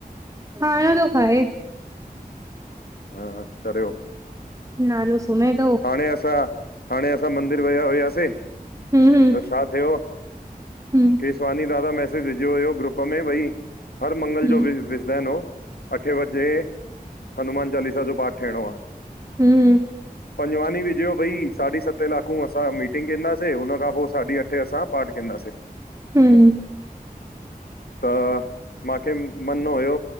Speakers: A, on the right; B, on the left.
A: खाणो तो खाए।
B: हा चरियो।
A: नालो सुमेत
B: हाणें असां, हाणें असां मंदिर विया हुया से
A: हुं हुं।
B: त छा थियो
A: हूं।
B: केसवानी दादा मैसेॼ विझयो हुयो ग्रुप में भई हर मंगल
A: हूं
B: ॼो विज् विझदा आहिनि हो, अठे वॼे हनुमान चालीसा ॼो पाठ थियणो आ।
A: हूं हूं।
B: पंजवानी विझयो भई साढी सते लाकूं असां मीटिंग केंदासे हुनखां पो साढी अठे असां पाठ केंदासें।
A: हूं।
B: त माखे मन हुयो